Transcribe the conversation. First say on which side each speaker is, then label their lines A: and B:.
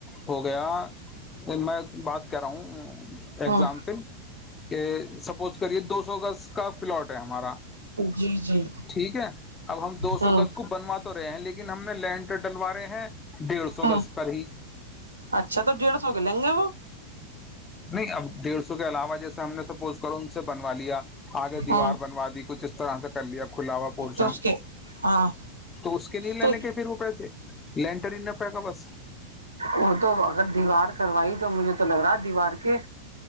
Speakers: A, on the left; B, on the right.
A: ہو گیا میں بات کر رہا ہوں
B: ہاں
A: اگزامپل کہ سپوز کریے دو سو اگست کا پلاٹ ہے ہمارا
B: جی جی
A: ٹھیک ہے اب ہم دو
B: ہاں
A: سو کا اس کو بنوا تو رہے ہیں لیکن ہم نے لینٹر ڈلوا رہے ہیں ڈیڑھ سو
B: ہاں
A: گز پر ہی
B: اچھا تو ڈیڑھ سو کے لیں گے وہ
A: نہیں اب ڈیڑ سو کے علاوہ جیسے ہم نے سپوز کرو ان سے بنوا لیا آگے دیوار
B: ہاں
A: بنوا دی کچھ اس طرح سے کر لیا کھلاوا پورشن
B: تو اس کے ہاں
A: تو اس کہ نہیں لینے
B: تو
A: کے پھر وہ پیسے لینٹر ہی نہ پڑے گا بس
B: وہ تو اگر دیوار کروائی تو مجھے تو لگ رہا دیوار کے